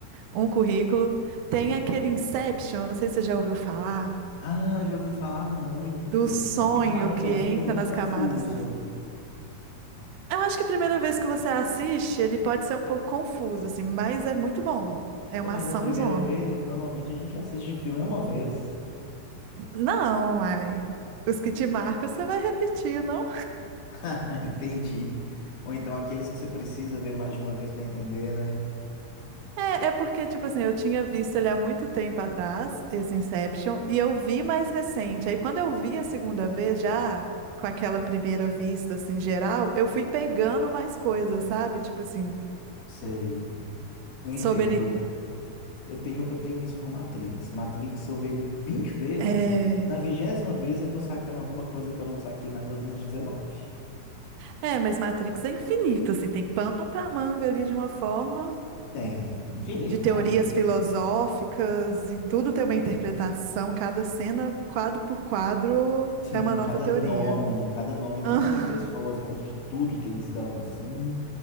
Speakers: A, on the right (about 75°); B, on the left (about 80°).
A: um currículo, tem aquele Inception, não sei se você já ouviu falar,
B: Ah, já ouvi falar muito.
A: do sonho
B: Me falaram
A: que
B: que é um
A: entra
B: filme muito
A: nas
B: confuso.
A: camadas dos. Eu acho que a primeira vez que você assiste, ele pode ser um pouco confuso, assim, mas é muito bom. É
B: Pô,
A: uma
B: mas
A: ação
B: a primeira
A: zona.
B: vez, normalmente a gente assiste filme uma vez.
A: Não, ai. Os que te marcam, você vai repetir, não?
B: <laughs> Entendi. Ou então aqueles que você precisa ver mais de uma vez para entender, né?
A: É, é porque, tipo assim, eu tinha visto ele há muito tempo atrás, esse Inception, e eu vi mais recente. Aí, quando eu vi a segunda vez, já com aquela primeira vista, assim, geral, eu fui pegando mais coisas, sabe? Tipo assim,
B: Sei. Eu
A: sobre
B: entendo.
A: ele.
B: Eu tenho, eu tenho isso com Matrix. Matrix, eu vejo ele 20 vezes,
A: É,
B: na vigésima vez eu tô sacando alguma coisa que eu não saquei nas outras dezenove.
A: é, mas Matrix é infinito, assim, tem pano pra manga ali de uma forma,
B: Tem, infinito,
A: de teorias
B: Hum. Matrix.
A: filosóficas e tudo tem uma interpretação, cada cena, quadro por quadro,
B: Sim,
A: é uma
B: cada
A: nova teoria.
B: nome,
A: <laughs>
B: cada nome não
A: Ah,
B: só de pessoas, mas de tudo que eles dão, assim,